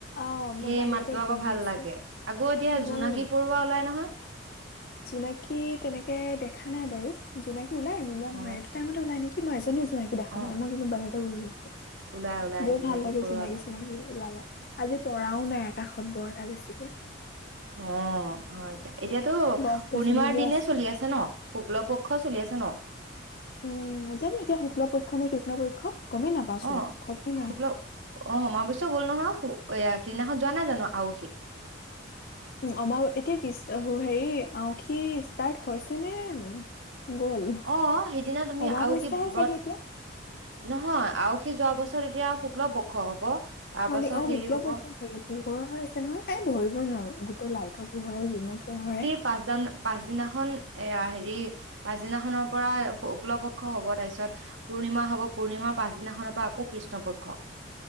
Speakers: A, on the left; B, on the right.
A: অ
B: সেই
A: মই বাহিৰতে
B: মাতটো আকৌ
A: বহি
B: ভাল
A: আছো
B: লাগে। আকৌ' এতিয়া
A: ময়ো
B: জোনাকী পৰুৱা ওলাই নহয়।
A: জোনাকী তেনেকে দেখা নাই বাৰু, জোনাকী ওলাই, নোলোৱা
B: অ
A: নহয় এইটো টাইমতে ওলাই নেকি কি? মই এজনীও জোনাকী দেখা
B: অ
A: নাই মই কিন্তু বাহিৰতে বহি আছোঁ।
B: ওলাই ওলাই
A: বৰ
B: জোনাকী
A: ভাল লাগে
B: পৰুৱা
A: জোনাকী
B: ওলাই
A: চোনাকী ওলালে। আজি তৰাও নাই আকাশত বৰ এটা বেছিকে।
B: অঁ হয় দিয়া, এতিয়াতো
A: গছ
B: পূৰ্ণিমাৰ
A: গছনিবোৰ
B: দিনে চলি আছে ন। শুক্ল পক্ষ চলি আছে ন?
A: উম' জানো এতিয়া শুক্ল পক্ষ নে কৃষ্ণ পক্ষ গমেই নাপাওঁচোন।
B: অ'
A: গমেই নাপাওঁ।
B: শুক্ল অ' অমৱশ্য গ'ল নহয় এইয়া সিদিনাখনত যোৱা নাই জানো আঁউসী।
A: উম অমাবৈ এতিয়া কি হেৰি আঁউসী ষ্টাৰ্ট হৈছে নে গ'ল?
B: অঁ' সেইদিনা তুমি
A: অমাৱস্যাহে
B: আঁউসী
A: চাগে
B: ব্ৰত
A: এতিয়া।
B: নহয় আঁউসী যোৱা পাছত এতিয়া শুক্ল পক্ষ হব। তাৰ
A: হয়
B: পাছত
A: নেকি? অঁ' শুক্ল
B: হেৰি হব
A: পক্ষ চাগে, পোহৰ হৈ আছে নহয়। এই ধৰিব নোৱাৰোঁ তে লাইটৰ পোহৰে জোনৰ পোহৰে
B: পাঠদনা পাছদিনাখন এয়া হেৰি পাছদিনাখনৰ পৰা শুক্ল পক্ষ হব তাৰপিছত পূৰ্ণিমা হব, পূৰ্ণিমাৰ পাছদিনাখনৰ পৰা আকৌ কৃষ্ণপক্ষ।